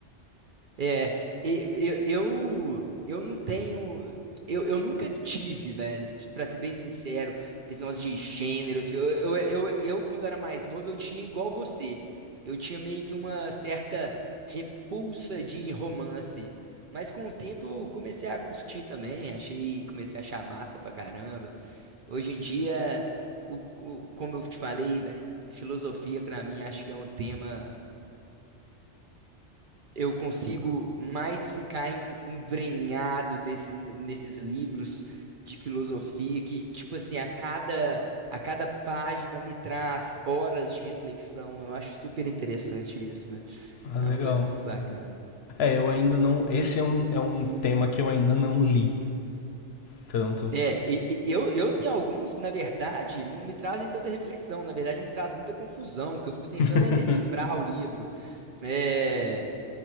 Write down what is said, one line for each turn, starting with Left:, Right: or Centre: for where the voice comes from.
Right: É, e- eu, eu, eu não tenho. Eu, eu nunca tive, velho, pra ser bem sincero, esse negócio de gênero. Assim, eu, eu, eu, eu, quando era mais novo, eu tinha igual você. Eu tinha meio que uma certa repulsa de romance. Mas com o tempo eu comecei a curtir também, achei, comecei a achar massa pra caramba. Hoje em dia, o, o- como eu te falei, velho, filosofia pra mim acho que é um tema eu consigo mais ficar em- embrenhado nesse- nesses livros de filosofia que, tipo assim, a cada, a cada página me traz horas de reflexão. Eu acho super interessante isso, velho.
Left: Ah,
Right: É
Left: legal.
Right: uma coisa muito bacana.
Left: É, eu ainda não. Esse é um, é um tema que eu ainda não li tanto.
Right: É, e- e- eu, eu tenho alguns, na verdade, não me trazem tanta reflexão, na verdade me traz muita confusão, que eu fico tentando
Left: <laughs>
Right: é decifrar o livro. É,